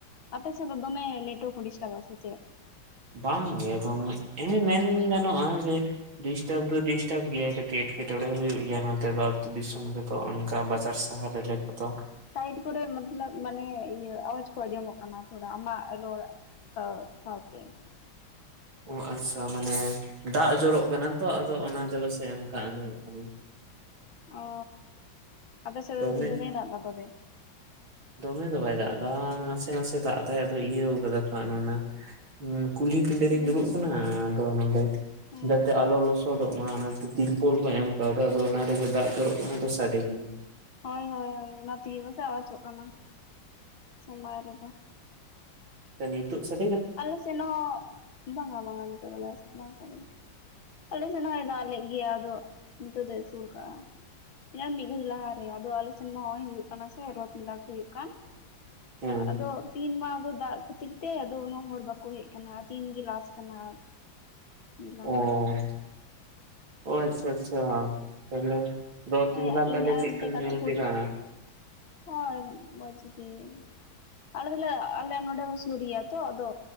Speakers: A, on the left; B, on the right.
A: ᱟᱯᱮ ᱥᱮᱫ ᱫᱚᱢᱮ ᱱᱮᱴᱣᱟᱨᱠ ᱰᱤᱥᱴᱟᱵᱽ ᱟ ᱥᱮ ᱪᱮᱜ?
B: ᱵᱟᱝᱜᱮ ᱮᱫᱚᱢ ᱢᱮᱱ ᱜᱟᱱᱚᱜᱼᱟ ᱡᱮ ᱰᱤᱥᱴᱟᱨᱵ ᱫᱚ ᱰᱤᱥᱴᱟᱨᱵ ᱜᱮᱭᱟ ᱠᱟᱹᱴᱤᱡ ᱮᱴᱠᱮᱴᱚᱬᱮ ᱦᱩᱭᱩᱜ ᱜᱮᱭᱟ ᱟᱹᱛᱩ ᱫᱤᱥᱚᱢ ᱨᱮ᱾ ᱛᱚ ᱚᱱᱠᱟ ᱵᱟᱡᱟᱨ ᱥᱟᱦᱟᱨ ᱨᱮ ᱨᱤᱞᱟᱹ ᱠᱚᱫᱚ
A: ᱴᱟᱭᱤᱰ ᱠᱚᱨᱮ ᱢᱟᱛᱞᱚᱵ ᱢᱟᱱᱮ ᱤᱭᱟᱹ ᱟᱣᱟᱡᱽ ᱠᱚ ᱟᱸᱡᱚᱢᱚᱜ ᱠᱟᱱᱟ ᱛᱷᱚᱲᱟ ᱟᱢᱟᱜ ᱨᱚᱲ᱾ ᱚ ᱥᱟᱶᱛᱮ᱾
B: ᱚ ᱟᱪᱪᱷᱟ ᱢᱟᱱᱮ ᱫᱟᱜ ᱡᱚᱨᱚᱜ ᱠᱟᱱᱟ ᱛᱚ ᱟᱫᱚ ᱚᱱᱟᱛᱮ ᱯᱟᱥ ᱚᱱᱠᱟ ᱟᱸᱡᱚᱢᱚᱜ ᱠᱟᱱᱟ᱾
A: ᱚᱻ ᱟᱯᱮ ᱥᱮᱫ
B: ᱫᱚᱢᱮ
A: ᱫᱚᱢᱮᱭ ᱫᱟᱜ ᱫᱟ ᱛᱚᱵᱮ?
B: ᱫᱚᱢᱮ ᱫᱚ ᱵᱟᱭ ᱫᱟᱜ ᱮᱫᱟ ᱱᱟᱥᱮ ᱱᱟᱥᱮ ᱫᱟᱜ ᱫᱟᱭ ᱟᱫᱚ ᱤᱭᱟᱹᱣ ᱠᱟᱫᱟ ᱠᱚ ᱚᱱᱟ ᱦᱩᱸ ᱠᱩᱞᱦᱤ ᱯᱤᱸᱰᱟᱹ ᱨᱤᱧ
A: ᱦᱩᱸ
B: ᱫᱩᱲᱩᱵ
A: ᱦᱩᱸ
B: ᱠᱟᱱᱟ ᱟᱫᱚ ᱱᱚᱰᱮ
A: ᱦᱮᱸ
B: ᱡᱟᱛᱮ ᱟᱞᱚ ᱞᱚᱥ ᱥᱚᱫᱚᱜ ᱢᱟ ᱚᱱᱟᱛᱮ ᱛᱤᱨᱯᱳᱞ ᱠᱚ ᱮᱢ ᱠᱟᱣᱫᱟ ᱟᱫᱚ ᱚᱱᱟ ᱨᱮᱜᱮ ᱫᱟᱜ ᱡᱚᱨᱚᱜ ᱠᱟᱱᱟ ᱛᱚ ᱥᱟᱰᱮ ᱠᱟᱱᱟ᱾
A: ᱦᱚᱭ ᱦᱚᱭ ᱦᱚᱭ ᱚᱱᱟ ᱛᱮᱜᱮ ᱯᱟᱥᱮᱜ ᱟᱣᱟᱡᱚᱜ ᱠᱟᱱᱟ ᱥᱚᱢᱟᱝ ᱨᱮᱫᱚ᱾
B: ᱮ ᱱᱤᱛᱚᱜ ᱥᱮ
A: ᱟᱞᱮ ᱥᱮᱱ ᱦᱚᱸ ᱵᱟᱝᱼᱟ ᱵᱟᱝᱼᱟ ᱱᱤᱛᱚᱜ ᱫᱚ ᱵᱟᱝ ᱥᱟᱰᱮ ᱟᱞᱮ ᱥᱮᱱ ᱦᱳᱭ ᱫᱟᱜ ᱞᱮ ᱜᱮᱭᱟ ᱟᱫᱚ ᱱᱤᱛᱚᱜ ᱫᱚ ᱟᱥᱩᱨ ᱠᱟᱜᱼᱟ᱾ ᱤᱱᱟᱝ ᱢᱤᱫ ᱜᱷᱟᱹᱲᱤᱡ ᱞᱟᱦᱟᱨᱮ ᱟᱫᱚ ᱟᱞᱮ ᱥᱮᱱ ᱢᱟ ᱱᱚᱜᱚᱭ ᱦᱩᱭᱩᱜ ᱠᱟᱱᱟ ᱥᱮ ᱨᱚᱛ ᱢᱮᱞᱟ ᱠᱚ ᱦᱩᱭᱩᱜ ᱠᱟᱱ᱾
B: ᱦᱮᱸ
A: ᱟᱫᱚ ᱛᱤᱦᱤᱱ ᱢᱟ ᱟᱫᱚ ᱫᱟᱜ ᱠᱷᱟᱹᱛᱤᱨ ᱛᱮ ᱟᱫᱚ ᱩᱱᱟᱹᱜ ᱦᱚᱲ ᱵᱟᱠᱚ ᱦᱮᱜ ᱠᱟᱱᱟ ᱛᱦᱤᱱᱜᱮ ᱞᱟᱥ ᱠᱟᱱᱟ᱾ ᱢᱮᱞᱟ
B: ᱚᱻ
A: ᱢᱟ
B: ᱚ ᱟᱪᱪᱷᱟ ᱟᱪᱪᱷᱟ ᱛᱟᱦᱞᱮ ᱫᱚ ᱛᱤ
A: ᱦᱮᱸ
B: ᱢᱮᱞᱟ ᱛᱟᱦᱚᱞᱮ
A: ᱤᱧ ᱟᱨ
B: ᱪᱮᱜ ᱞᱮᱠᱟᱢ
A: ᱢᱤᱫᱴᱮᱡ ᱜᱟᱛᱮ
B: ᱧᱮᱞ
A: ᱠᱩᱲᱤ
B: ᱠᱮᱫᱟ?
A: ᱦᱳᱭ ᱢᱚᱪᱜᱤ ᱟᱞᱮ ᱫᱚᱞᱮ ᱟᱞᱮ ᱱᱚᱸᱰᱮ ᱠᱚ ᱥᱩᱨ ᱜᱤᱭᱟ ᱛᱚ ᱟᱫᱚ